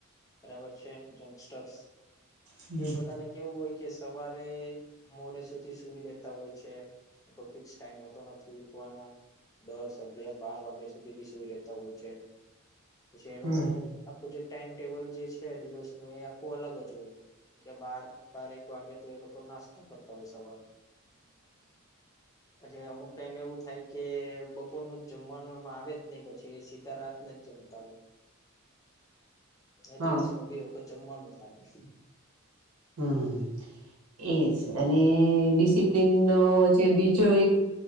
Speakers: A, on the left; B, on the right.
A: બરાબર છે, યંગસ્ટર્સ
B: હમ
A: એ બધાને કેવું હોય કે સવારે મોડે સુધી સુઈ રેતા હોય છે. કોઈ ફિક્સ ટાઈમ હોતો નથી, ઉઠવાનો દસ, અગિયાર-બાર વાગ્યા સુધી બી સુઈ રહેતા હોય છે. જેનું
B: હમ
A: આખુ જે ટાઈમ ટેબલ જે છે, દિવસનું એ આખું અલગ જ હોય, કે બાર બારેક વાગે તો એ લોકો નાસ્તા કરતા હોય. સવાર નો
B: <inaudible>
A: એટલે અમુક ટાઈમ એવું થાય, કે બપોરનું જ જમવાનું એમાં આવે જ નહી પછી સીધા રાતના જમતા
B: <inaudible>
A: એ દિવસમાં
B: હા
A: બે વખત જમવાનું થાય.
B: હમ્મ. એજ અને ડિસિપ્લિનનો જે બીજો એક